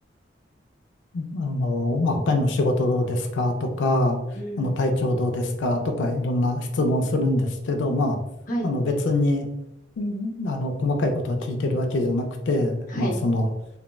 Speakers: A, on the left; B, on the left.
A: あの、まあ、他にも仕事どうですかとか、
B: うん。
A: あの、体調どうですかとか、いろんな質問するんですけど、まあ、
B: はい、
A: あの、別に、んあの、細かいことを聞いてるわけじゃなくて、
B: はい。
A: まあ、その、